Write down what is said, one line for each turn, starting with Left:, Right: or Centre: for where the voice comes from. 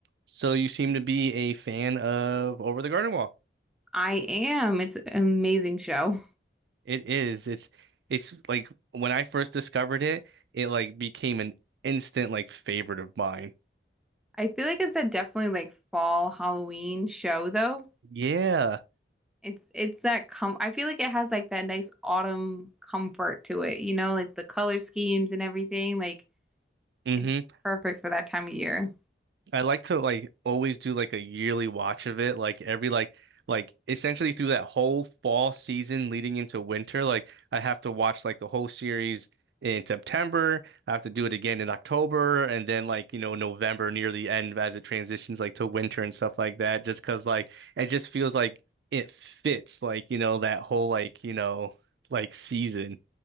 Right: So you seem to be a fan of Over the Garden Wall.
Centre: I am. It's an amazing show.
Right: It is. It's it's like when I first discovered it, it like became an instant like favorite of mine.
Centre: I feel like it's a definitely like fall Halloween show though.
Right: Yeah.
Centre: It's it's that com I feel like it has like that nice autumn comfort to it, you know, like the color schemes and everything. Like
Right: hmm
Centre: it's perfect for that time of year.
Right: I like to like always do like a yearly watch of it, like every like like essentially through that whole fall season leading into winter, like I have to watch like the whole series in September. I have to do it again in October and then like, you know, November near the end as it transitions like to winter and stuff like that, just 'cause like it just feels like it fits like, you know, that whole like, you know, like season.